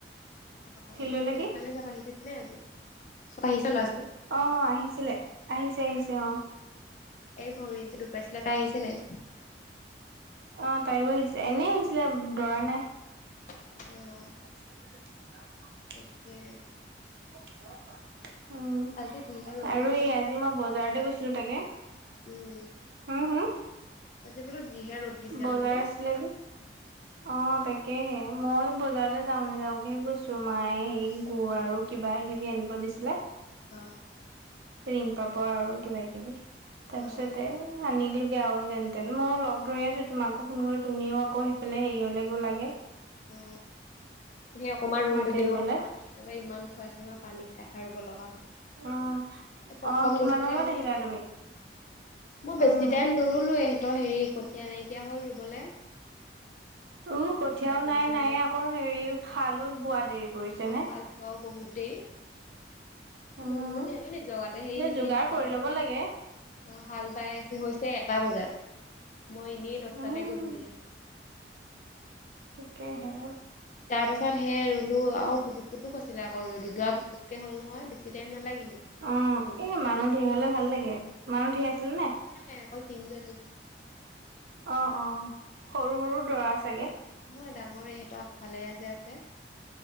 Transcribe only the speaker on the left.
<unintelligible>
এই ভৰিত যে দুখ পাইছিলে তাই আহিছে নে নাই?
অ
তাকে
আজি যিহে ৰ'দ
দিছে
ন
দিনা
উম,
আজি বোলো যিহে ৰ'দ। দিছে
বোলো
অ।
অ',
অ সেই অকমান ৰুম
তেনেও
পানী। ত‌ই ইমান খুৱাইছে নহয় পানীক খাই খাই ৰুব লগা হৈছে।
প্ৰথম
গৈছো
যে মই
আজি
মই বেছি
টাইম নোৰুলো ইহঁতৰ হেৰি কঠীয়া নাইকিয়া হ'ল ৰুবলৈ।
তুলিলে
হাল অ বহুত দেৰি
মই। নিজগাতে সেই সিহঁতি
সৈফাল
পাইছে।
অঁ হাল বাই হৈছে এটা বজাত মই এনেই দহটাতে
গৈ বহি আছো।
তাৰ পাছত সেই ৰুলো আৰু পুটুক পুটুক হৈছিলে আক ৰুৱা পুটুককে হ'ল নহয় বেছি টাইম নালাগিলে।
ৰুওঁতে
কোনো নাই অকল‌ তিনিজনি।
মই ডাঙৰে, ইহঁতৰ আগফালে যে আছে।